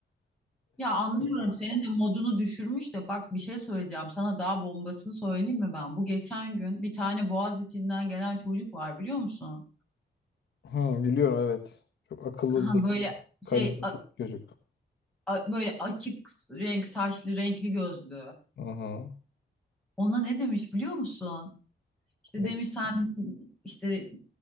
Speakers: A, in the centre; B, on the left.
A: Ya anlıyorum senin de modunu düşürmüş de bak bir şey söyleyeceğim sana daha bombasını söyleyeyim mi ben? Bu geçen gün bir tane boğaz içinden gelen çocuk var biliyor musun?
B: Hı, biliyorum evet. Çok akıllı,
A: Ha
B: zeki,
A: böyle
B: karizmatik
A: şey a-
B: çocuk.
A: a- böyle açık renk saçlı renkli gözlü.
B: Aha.
A: Ona ne demiş biliyor musun? İşte
B: Evet.
A: demiş sen işte